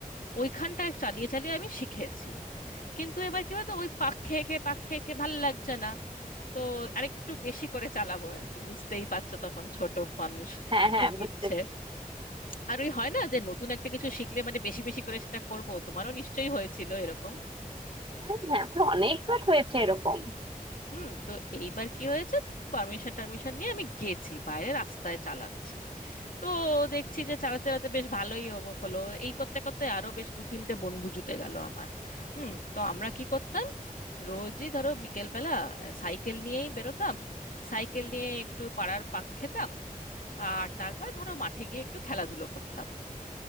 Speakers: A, on the left; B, on the right.
A: ওইখানটা চালিয়ে চালিয়ে আমি শিখেছি কিন্তু এবার কি বলতো ওই পাক খেয়ে খেয়ে পাক খেয়ে খেয়ে ভালো লাগছে না তো আরেকটু বেশি করে চালাবো আর কি বুঝতেই পারছো তখন ছোট মানুষ
B: হ্যাঁ হ্যাঁ
A: খুব
B: বুঝতে
A: ইচ্ছে
B: পেরেছি
A: আর ওই হয় না যে নতুন একটা কিছু শিখলে মানে বেশি বেশি করে সেটা করব তোমারও নিশ্চয়ই হয়েছিল এরকম
B: হ্যাঁ হ্যাঁ আমার অনেকবার হয়েছে এরকম
A: হুম তো এইবার কি হয়েছে পারমিশন টারমিশন নিয়ে আমি গেছি বাইরে রাস্তায় চালাচ্ছি তো দেখছি যে চালাতে চালাতে বেশ ভালোই হবো হলো এই করতে করতে আরো বেশ দু তিনটে বন্ধু জুটে গেল আমার হুম তো আমরা কি করতাম রোজই ধরো বিকেলবেলা আহ, সাইকেল নিয়েই বেরোতাম সাইকেল নিয়ে একটু পাড়ার পাক খেতাম আর তারপরে ধরো মাঠে গিয়ে একটু খেলাধুলো করতাম